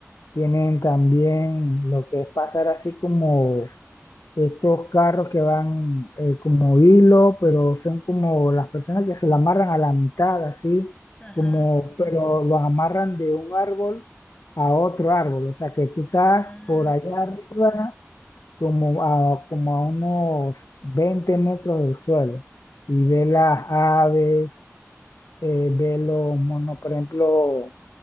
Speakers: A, on the left (about 85°); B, on the left (about 20°).
A: tienen también lo que es pasar así como estos carros que van eh, como hilo, pero son como las personas que se la amarran a la mitad, así,
B: Ajá.
A: como, pero los amarran de un árbol a otro árbol, o sea que tú estás
B: Ah,
A: por allá
B: sí.
A: arriba, como a, como a unos 20 metros del suelo, y ves las aves, eh, ves los monos, por ejemplo,